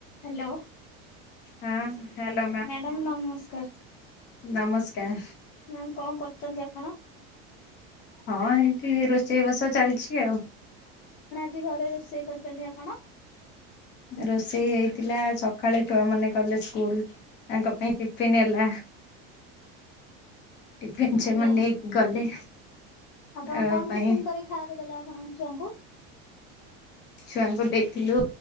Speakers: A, on the left; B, on the left.
A: Hello?
B: Ma'am. Hello
A: madam ନମସ୍କାର।
B: ନମସ୍କାର।
A: Ma'am କଣ କରୁଚନ୍ତି ଆପଣ?
B: ହଁ ଏଇଠି ରୋଷେଇ ବାସ ଚାଲଛି ଆଉ।
A: ଜି ଘରେ ରୋଷେଇ କରୁଚନ୍ତି ଆପଣ।
B: ରୋଷେଇ ହେଇଥିଲା ସଖାଳେ ଛୁଆମାନେ ଗଲେ ସ୍କୁଲ୍ ତାଙ୍କ ପାଇଁ ଟି ପିନ୍ ହେଲା। ଟିଫିନ୍ ସେମାନେ
A: ଆଜ୍ଞା।
B: ନେଇକି ଗଲେ।
A: ଆପଣ
B: ତାଙ୍କ
A: କଣ
B: ପାଇଁ
A: ଟିଫିନ୍ କରିକି ଖାଇବାକୁ ଦେଲେ ଆପଣଙ୍କ ଛୁଆଙ୍କୁ?
B: ଛୁଆଙ୍କୁ ଦେଇଥିଲୁ